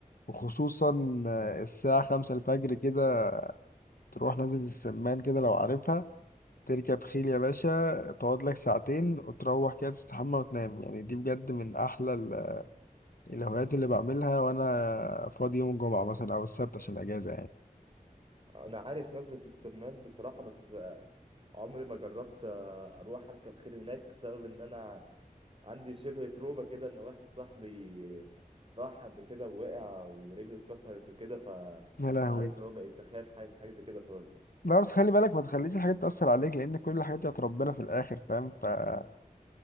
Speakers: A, on the left (about 80°); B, on the right (about 40°).
A: وخصوصا آه، الساعه خمسة الفجر كده تروح نازل السمان كده لو عارفها تركب خيل يا باشا تقعد لك ساعتين وتروح كده تستحمى وتنام يعني دي بجد من احلى ال- الهوايات اللي بعملها وانا فاضي يوم الجمعه مثلا او السبت عشان اجازه يعني
B: انا عارف نزله السمان بصراحه بس آه، عمري ما جربت آه، اروح اركب خيل هناك بسبب ان انا عندي شبه تروما كده ان واحد صاحبي راح قبل كده ووقع ورجله اتكسرت وكده ف
A: يا لهوي
B: عارف اللي هو بقيت اخاف حاجه من حاجه زي كده خالص
A: لا بس خلي بالك ما تخليش الحاجات تأثر عليك لأن كل الحاجات دي بتاعت ربنا في الآخر فاهم فأيا